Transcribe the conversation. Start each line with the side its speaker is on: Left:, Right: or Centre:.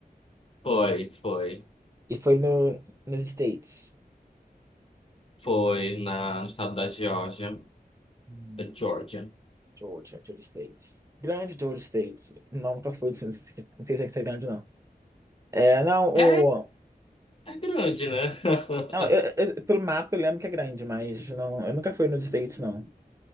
Left: Foi, foi.
Right: E foi no, nos States.
Left: Foi na, no estado da Geórgia,
Right: Hum,
Left: da Geórgia.
Right: Georgia, Georgia States. Grande Georgia States. Não, nunca fui. Não sei, se não sei se é grande, não. É, não,
Left: É,
Right: o...
Left: é grande, né? <laughs>
Right: Não, eu- eu- pelo mapa eu lembro que é grande, mas não, eu nunca fui nos States, não.